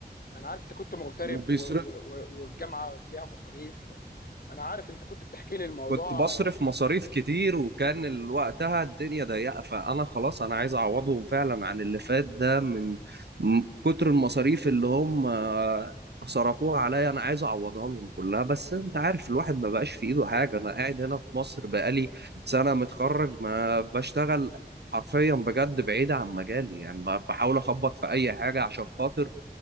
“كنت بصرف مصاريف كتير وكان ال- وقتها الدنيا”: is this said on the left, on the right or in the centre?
Right